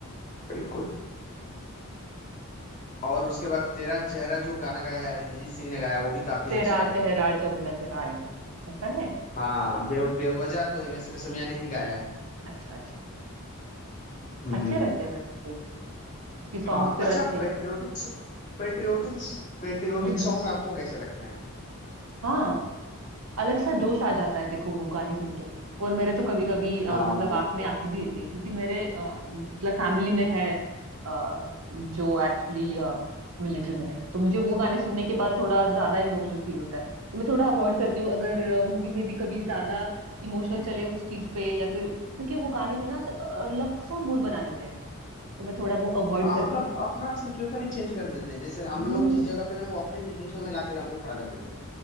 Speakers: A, on the left; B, on the right.
A: बिल्कुल और उसके बाद तेरा चेहरा जो गाना गाया है अरिजीत सिंह ने गाया वो भी काफी
B: तेरा
A: अच्छा है
B: चेहरा जब नजर आए ऐसा है
A: हाँ बे, बेवजह तो हिमेश रेशमिया ने ही गाया है
B: अच्छा अच्छा
A: हम्म
B: अच्छे रहते हैं वैसे भी उसकी सॉन्ग्स
A: हाँ
B: फिर
A: अच्छा
B: अच्छे हैं
A: पेट्रियोटिक
B: तो।
A: पेट्रियोटिक पेट्रियोटिक
B: हम्म हम्म
A: सॉन्ग आपको कैसे लगते हैं
B: हाँ अलग सा जोश आ जाता है देखो वो गाने सुन के और मेरे तो कभी कभी
A: हाँ
B: मतलब
A: बिल्कुल
B: आंख में आंसू भी रहती है क्योंकि मेरे अ, मतलब फैमिली में है अ, जो एक्चुअली मिलिट्री में है तो मुझे वो गाने सुनने के बाद थोड़ा ज्यादा इमोशनल फील होता है तो मैं थोड़ा अवॉइड करती हूँ अगर मूवी में भी कभी ज्यादा इमोशनल चले उस चीज पे या फिर क्योंकि वो गाने में ना अलग सा मूड बना देते हैं तो मैं थोड़ा वो अवॉइड
A: हाँ
B: करती
A: मतलब
B: हूँ सुनना
A: अपना सिचुएशन ही चेंज कर देते हैं जैसे हम
B: हम्म
A: लोग जिस जगह पे हैं वो अपने सिचुएशन में लाके हमको खड़ा कर देते हैं